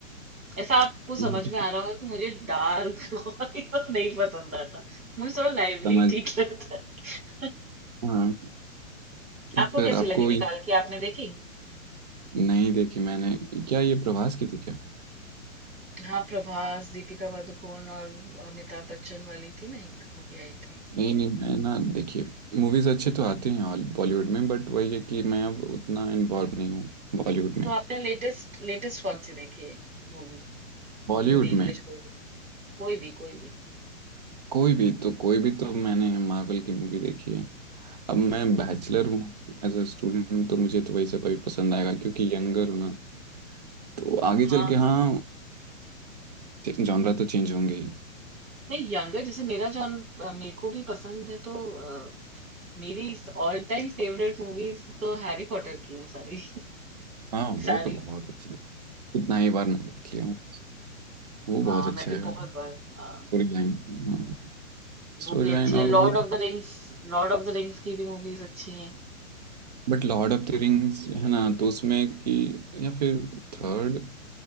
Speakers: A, on the right; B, on the right.
A: ऐसा आपको समझ
B: हम्म, तो
A: में आ रहा होगा कि मुझे डार्क <laughs> और ये सब नहीं पसंद आता मुझे थोड़ा लाइवली
B: समझ
A: ठीक लगता है
B: हाँ
A: <laughs>
B: तो
A: आपको
B: फिर
A: कैसी
B: आपको
A: लगी
B: ये
A: थी काल की आपने देखी
B: नहीं देखी मैंने क्या ये प्रभास की थी क्या
A: हाँ प्रभास दीपिका पादुकोण और अमिताभ बच्चन वाली थी ना एक मूवी आई थी
B: नहीं नहीं मैं ना देखिए मूवीज अच्छे तो आते हैं हॉल- बॉलीवुड में बट वही है कि मैं अब उतना इन्वॉल्व नहीं हूँ बॉलीवुड में
A: तो आपने लेटेस्ट लेटेस्ट कौन सी देखी है मूवी
B: बॉलीवुड
A: हिंदी इंग्लिश
B: में
A: कोई भी कोई भी कोई भी
B: कोई भी तो कोई भी तो मैंने मार्वल की मूवी देखी है अब मैं
A: हम्म,
B: बैचलर हूँ एज अ स्टूडेंट तो मुझे तो वही सब अभी पसंद आएगा क्योंकि यंगर हूँ ना तो आगे
A: हाँ
B: चल के हाँ जॉनरा तो चेंज होंगे ही
A: नहीं यंगर जैसे मेरा जॉन अ, मेरे को भी पसंद है तो अ, मेरी ऑल टाइम फेवरेट मूवीज तो हैरी पॉटर की है सारी
B: हाँ वो
A: <laughs> सारी
B: तो बहुत अच्छा है कितना ही बार नाम लिख लिया हूँ वो
A: हाँ
B: बहुत अच्छा
A: मैं भी
B: है यार
A: बहुत बार हाँ,
B: Story line हाँ स्टोरी
A: वो भी
B: लाइन
A: अच्छी है
B: और
A: Lord
B: वो
A: of the Rings Lord of the Rings की भी मूवीज अच्छी हैं
B: But Lord of the Rings है ना तो उसमें कि या फिर थर्ड